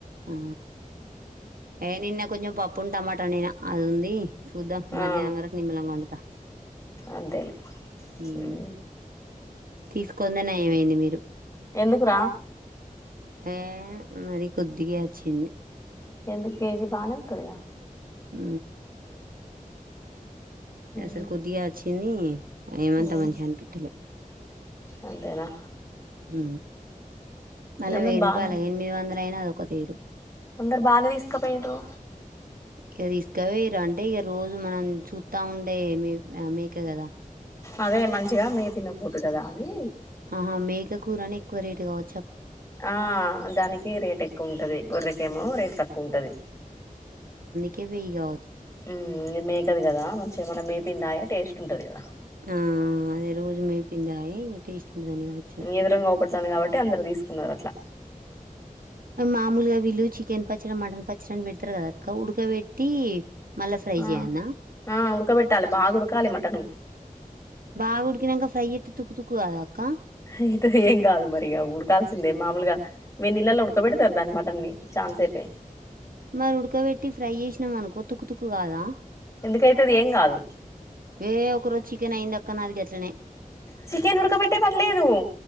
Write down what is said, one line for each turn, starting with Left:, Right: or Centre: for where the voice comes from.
Right: ఆ ఏ నిన్న కొంచెం పప్పు ఉ టమాటా నేనా అది ఉంది. చూద్ధం మధ్యాహ్నం
Left: ఆ
Right: వరకు నిమ్మలంగా ఉంట
Left: అంతేలే
Right: మ్
Left: మ్మ్
Right: తీసుకుంద నయమైంది మీరు
Left: ఎందుకురా
Right: హె మరి కొద్దిగా వచ్చింది.
Left: ఎందు కేజీ బానేట్టుదిగా
Right: ఆ
Left: మ్మ్
Right: అసలు కొద్దిగా వచ్చింది ఏమంతా
Left: మ్మ్
Right: మంచిగా అని పిత్తలే
Left: అంతేనా
Right: హ మళ్ళీ
Left: అందరు
Right: వెయ్యి
Left: బాన్
Right: రూపాయల ఎనిమిది వందల అయినా అదొక తీరు
Left: అందరు బానే తీసుకపోయిండ్రు.
Right: ఇక తీసుకవేరు అంటే ఇక రోజు మనం చూస్తా ఉండే మె మేక కదా
Left: అదే మంచిగా మే తిన్న ఫుడ్ కదా అని
Right: ఆహా మేక కూరనెఎక్కువ రేటు కావచ్చ
Left: ఆ దానికి రేటు ఎక్కువ ఉంటది గొర్రెకేమో రేటు తక్కువుంటది
Right: కివియ్ గా
Left: ఉ ఇది మేకది గదా మంచిగా మనం మేపిందయే టేస్ట్ ఉంటది గదా
Right: ఆ అదే రోజు మేపిందయి ఇంగ టేస్ట్ంటదని గావచ్చు
Left: ఎదురుంగా అవుపడుతుంది కాబట్టి అందరు తీసుకున్నారు అట్లా
Right: మామూలుగా వీళ్ళు చికెన్ పచ్చడి మటన్ పచ్చడని పెడతారు కదాక్క ఉడకబెట్టి మళ్ళా ఫ్రై
Left: ఆ
Right: చేయనా
Left: ఆ ఉడకబెట్టాలె బాగుడకాలి మటను
Right: బాగుడికినంక ఫ్రై చేత్తే తుక్కు తుక్కు కాదా అక్క
Left: అయితది ఏం గాదు మరిగా ఉడకాల్సిందే మామూలుగా వెన్నీళ్లల్లా ఉడ్ ఉడకబెడతార్ దాన్ని మటన్ని చాన్సేపె
Right: మరి ఉడకబెట్టి ఫ్రై చేసినాం అనుకో తుక్కు తుక్కు కాదా
Left: ఎందుకైతే అది ఏం కాదు
Right: ఎ ఒక రోజు చికెన్ అయిందక్క నాది గట్లనే
Left: చికెన్ ఉడకబట్టే పన్లేదు